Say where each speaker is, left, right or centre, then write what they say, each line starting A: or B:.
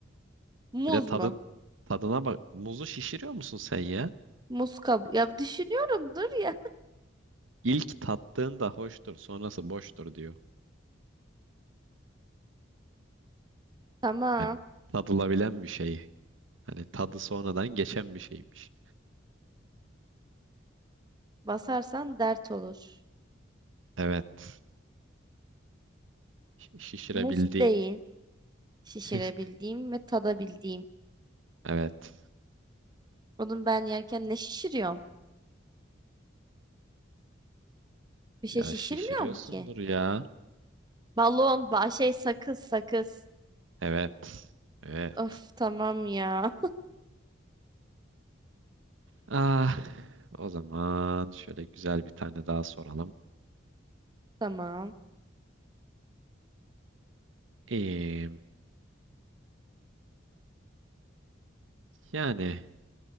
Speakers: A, on the right; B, on the right.
A: muz
B: Bir de tadı,
A: mu?
B: tadına bak. Muzu şişiriyor musun sen ya?
A: Muz kabuğu. Ya düşünüyorum dur ya.
B: İlk tattığında hoştur, sonrası boştur diyor.
A: Tamam.
B: Hani tadılabilen bir şey. Hani tadı sonradan geçen bir şeymiş.
A: Basarsan dert olur.
B: Evet. Şi- Şişirebildiğin.
A: Muz değil. Şişirebildiğim
B: <laughs>
A: ve tadabildiğim.
B: Evet.
A: Onun ben yerken ne şişiriyorum? Bir
B: Ya
A: şey şişirmiyorum
B: şişiriyorsundur
A: ki.
B: ya.
A: Balon, ba şey sakız sakız.
B: Evet. Evet.
A: Of tamam ya.
B: Ah, o zaman şöyle güzel bir tane daha soralım.
A: <laughs> Tamam.
B: Ee, yani